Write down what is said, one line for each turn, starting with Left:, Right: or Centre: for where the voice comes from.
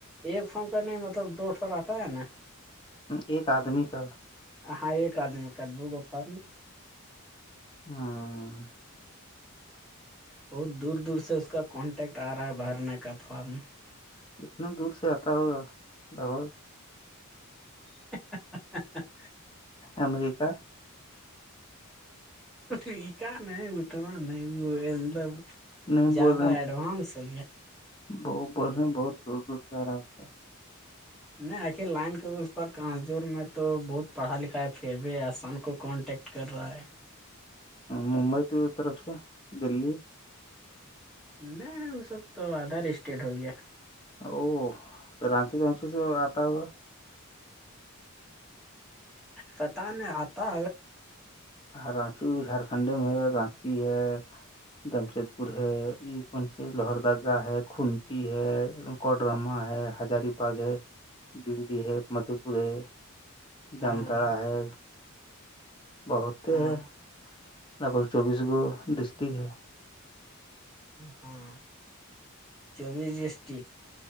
Centre: ایک فم کرنے میں مطلب دو ٹھ رہتا ہے نا
Left: ایک آدمی کا
Centre: ہاں ایک آدمی میں کر د گا فارم
Left: ہاں
Centre: بہت دور دور سے اس کا کانٹیکٹ آ رہا ہے بھرنے کا فارم
Left: کتنے دور سے آتا ہوگا لگ بھگ
Centre: <unintelligible>
Left: امریکہ
Centre: ٹیکا اتنا نہیں وہ مطلب
Left: نہیں بول
Centre: زیادہ
Left: رہے
Centre: ایڈوانس ہو گیا
Left: بت بول رہے ہیں بہت دور دور سے آ رہا اس کا
Centre: نہیں آخر لائن کے اس پر کاںزور میں تو بہت پڑھا لکھا پھر بھی آحسان کو کانٹیکٹ کر رہا ہے
Left: ممبئی تو طرف سے دلی
Centre: نہیں اس وب تو ادر اسٹیٹ ہو گیا
Left: او رانچ تو رنچ سے آتا ہو گا
Centre: پتا ن آتا
Left: رانچی جھارکھنڈ میں ہے رانچی ہے جمشید پور ہے یہ کون سی لاہور دگاہ ہے کھنٹی ہے کوڈرما ہے ہزاری باغ ہے گرڈی ہے مدو پور ہے جامتاڑہ
Centre: ہاں
Left: ہے بہتے
Centre: ہاں
Left: ہے لگ بگ چوبیس گو ڈسٹک ہے
Centre: ہاں چوبیس ڈسٹک